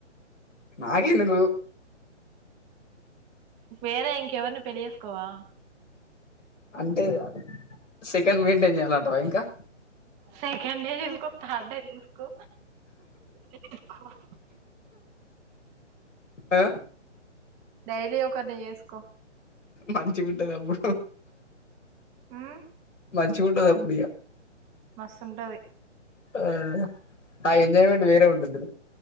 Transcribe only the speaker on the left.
నాగే ఎంగ
అంటే చికెన్ మెయింటైన్ చేయాలంటవా ఇంకా
ఆ
మంచి ఉంటారు అప్పుడు
మంచిి వింటద అడి
ఆ ఆ ఎన్జోయ్మెంట్ వేర ఉంటంది